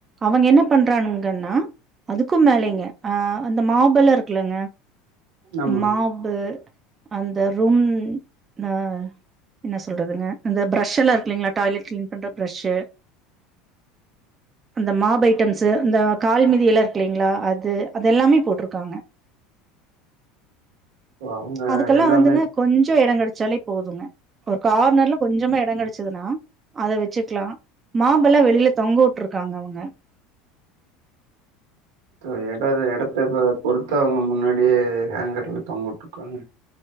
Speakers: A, on the right; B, on the right.
A: அவங்க என்ன பண்றானுங்கன்னா அதுக்கு மேலைங்க ஆ அந்த மாவ்பெல்லா இருக்குலங்க
B: ஆமாங்க.
A: மாபு அந்த ரூம் அ என்ன சொல்றதுங்க அந்த பிரஷ்ஷெல்லா இருக்குலைங்களா டாய்லட் கிளீன் பண்ற பிரஷ்ஷு அந்த மாப் ஐட்டம்ஸு இந்த கால்மீதி எல்லா இருக்லைங்ளா அது அது எல்லாமே போட்ருக்காங்க
B: அவங்க
A: அதுக்கெல்லா
B: எல்லாமே
A: வந்துங்க கொஞ்சொ எடங்கெடைச்சாலே போதுங்க ஒரு கார்னர்ல கொஞ்சமா எடொங் கெடச்சதுன்னா அத வச்சுக்லா மாபெல்லா வெளியில தொங்க உட்ருக்காங்க அவங்க
B: சோ எடது எடத்துல ப பொறுத்து அவங்க முன்னாடியே ஹேங்கர்ல தொங்கவுட்ருக்காங்க